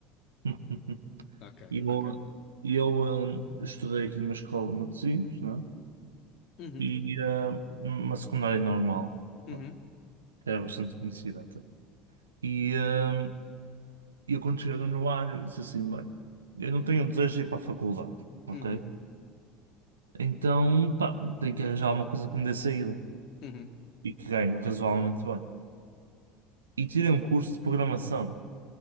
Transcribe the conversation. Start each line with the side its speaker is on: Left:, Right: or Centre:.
Right: <laughs>
Left: ok,
Right: E Eu,
Left: ok.
Right: eu hum, estudei aqui numa escola de Matosinhos, não é?
Left: Uhum,
Right: E hum, uma secundária normal,
Left: uhum,
Right: bom, que era bastante conhecida até. E hum, eu quando cheguei no ar, eu disse assim, bem, eu não tenho desejo de ir para a faculdade, ok?
Left: uhum,
Right: Então, pá, tenho que arranjar alguma coisa que me dê saída
Left: uhum.
Right: e que ganhe razoavelmente bem. E tirei um curso de programação.